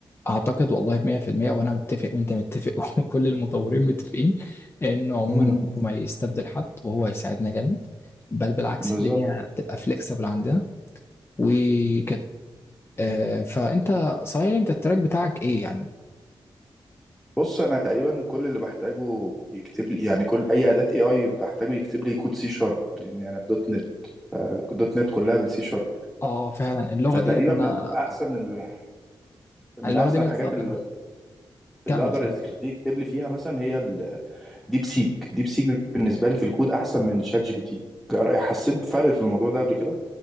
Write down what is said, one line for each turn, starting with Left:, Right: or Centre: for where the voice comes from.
Left: اعتقد والله 100% وانا متفق وانت متفق <laughs> وكل المطورين متفقين انه عموما
Centre: مم.
Left: أمره ما يستبدل حد وهو هيساعدنا جامد بل بالعكس
Centre: بالظبط
Left: الدنيا هتبقى فليكسبل عندنا وكده آه، فانت صحيح انت التراك بتاعك ايه يعني
Centre: بص انا تقريبا كل اللي بحتاجه يكتب لي يعني كل اي اداه اي اي بحتاجه يكتب لي كود سي شارب لان انا دوت نت فدوت نت كلها بالسي شارب
Left: اه فعلا اللغه
Centre: فتقريبا
Left: ديت انا
Centre: من احسن ال... من
Left: اللغه
Centre: احسن
Left: دي بستخدمها
Centre: الحاجات اللي
Left: كمل
Centre: اللي اقدر
Left: كده
Centre: يخليك تكتب لي فيها مثلا هي الديب سيك ديب سيك بالنسبه لي في الكود احسن من شات جي بي تي جر- حسيت بفرق في الموضوع ده قبل كده